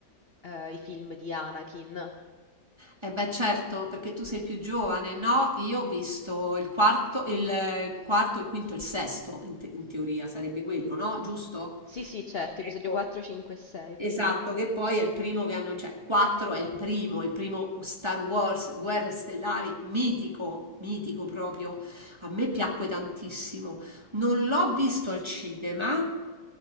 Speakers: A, on the left (about 40°); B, on the right (about 15°).
A: eh, i film di Anakin.
B: Eh beh, certo, perché tu sei più giovane, no? Io ho visto il quarto, il eh, quarto, il quinto, il sesto, in, te- in teoria sarebbe quello, no? Giusto?
A: Sì, sì, certo,
B: Ecco.
A: episodio 4, 5 e 6
B: Esatto,
A: prima.
B: che poi è il primo che hanno, cioè 4 è il primo, il primo Star Wars, Guerre Stellari, mitico, mitico proprio. A me piacque tantissimo. Non l'ho visto al cinema,